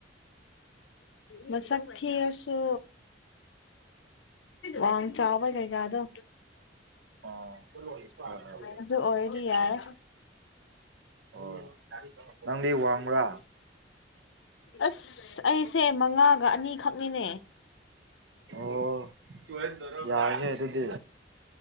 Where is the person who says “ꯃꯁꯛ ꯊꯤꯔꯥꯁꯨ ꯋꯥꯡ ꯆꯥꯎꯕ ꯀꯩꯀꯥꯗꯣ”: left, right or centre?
Left